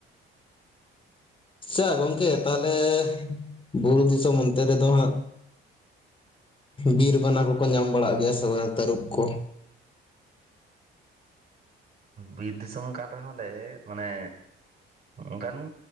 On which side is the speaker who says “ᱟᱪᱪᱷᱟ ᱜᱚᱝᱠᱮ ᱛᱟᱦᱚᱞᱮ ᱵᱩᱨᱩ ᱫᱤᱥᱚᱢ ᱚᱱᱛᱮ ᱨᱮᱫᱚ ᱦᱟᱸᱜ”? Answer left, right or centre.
Left